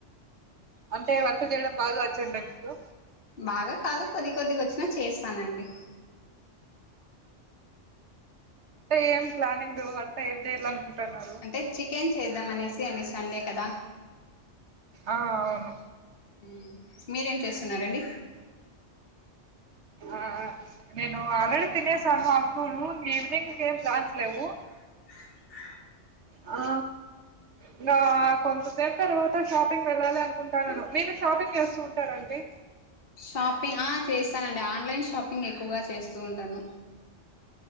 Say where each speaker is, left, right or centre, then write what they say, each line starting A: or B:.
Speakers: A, on the right; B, on the left.
A: అంటే వంట జేయడం బాగా వచ్చంట మీకూ
B: బాగ కాదు కొద్దికొద్దిగొచ్చినా చేస్తానండి
A: టేం ప్లానింగు వంట ఏం జేయాలనుకుంటన్నారు
B: అంటే చికెన్ చేద్దామనేసి అండి సండే కదా
A: ఆ అవును
B: ఉ మీరేం చేస్తున్నారండి
A: ఆ నేనూ ఆల్రెడి తినేసాను ఆఫ్నూను ఈవినింగ్కేం ప్లాన్స్ లేవు
B: <inaudible>
A: ఆ ఇంగా కొంతసేపు తర్వాత షాపింగ్ వెళ్ళాలి అనుకుంటానను మీరు షాపింగ్ చేస్తూ ఉంటారండి
B: షాపింగ్ ఆ చేస్తానండి ఆన్లైన్ షాపింగ్ ఎక్కువగా చేస్తూ ఉంటాను